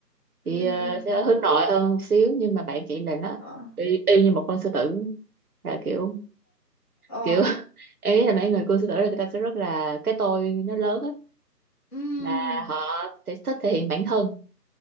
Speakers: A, on the right (about 60°); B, on the left (about 20°).
A: chị
B: Ừ
A: ờ,
B: ừ
A: sẽ
B: ừ.
A: hướng nội hơn một xíu nhưng mà bạn chị là nó
B: Ờ.
A: y, y như một con sư tử là kiểu
B: Ờ.
A: kiểu <laughs> em nghĩ là mấy người con sư tử là người ta sẽ rất là cái tôi nó lớn hết
B: Ừ.
A: là họ sẽ thích thể hiện bản thân